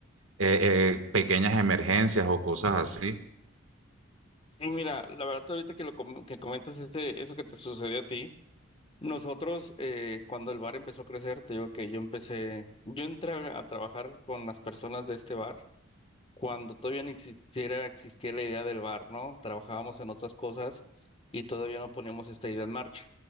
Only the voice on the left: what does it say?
y mira, la verdad ahorita que lo com- que comentas este, eso que te sucedió a ti. Nosotros, eh, cuando el bar empezó a crecer, te digo que yo empecé, yo entré a a trabajar con las personas de este bar cuando todavía ni existiera, existía la idea del bar, ¿no? Trabajábamos en otras cosas y todavía no poníamos esta idea en marcha.